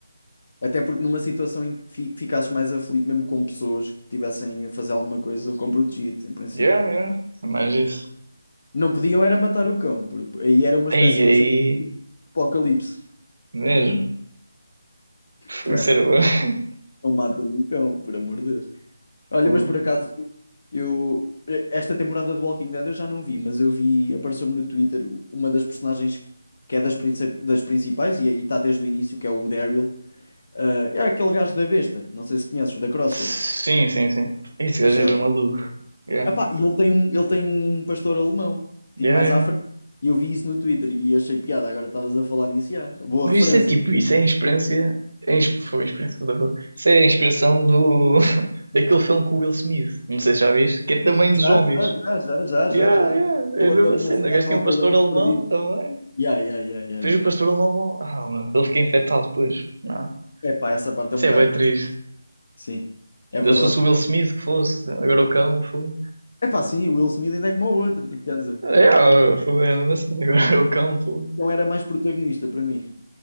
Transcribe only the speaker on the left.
Até porque numa situação em que fi- ficasses mais aflito, mesmo com pessoas que estivessem a fazer alguma coisa, o cão protegia-te, em princípio.
Não podiam era matar o cão, por- aí era uma espécie
de jogo de apocalipse.
Por é,
não matem o cão, por amor de Deus. Olha,
mas por acaso, eu. eh, Esta temporada do Walking Dead eu já não vi, mas eu vi, apareceu-me no Twitter uma das personagens que é das, princi- das principais e aí está desde o início, que é o Daryl. Ah, é aquele gajo da besta, não sei se conheces, da Crossbow,
da seta.
Epá, e ele tem um, ele tem um pastor alemão, tipo
mais
à frente. E eu vi isso no Twitter e achei piada. Agora estavas a falar nisso, já. Boa
referência.
Já,
já, já, já, já, já,
já.
Ele
anda na
cidade
de Nova
Iorque
perdido.
Já, já, já, já,
já.
Epá, essa parte é
um bocado.
Sim, é
verdade.
Epá, sim, o Will Smith ainda é como o outro, quer dizer.
Então era mais protagonista para mim.